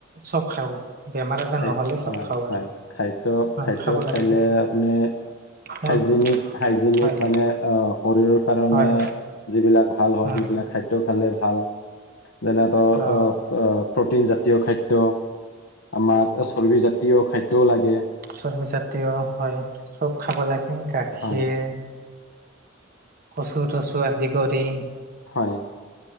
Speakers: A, on the right; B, on the left.
A: চব খাওঁ বেমাৰ আজাৰ
B: হয়
A: নহ'লে চব খাওঁ আৰু
B: খাদ্য
A: অ
B: খাদ্য
A: খাব
B: খাইলে
A: লাগে
B: আপুনি
A: হয়
B: হাইজেনিক হাইজেনিক
A: হয়
B: মানে অ শৰীৰৰ কাৰণে
A: হয়
B: যিবিলাক ভাল হয়
A: উম
B: সেইবিলাক খাদ্য খালে ভাল যেনে
A: অ
B: অঁ প্ৰটিন জাতীয় খাদ্য আমাক চৰ্বিজাতীয় খাদ্যও লাগে
A: চৰ্বিজাতীয় হয় চব খাব লাগে গাখীৰ
B: হয়
A: কচু টচু আদি কৰি
B: হয়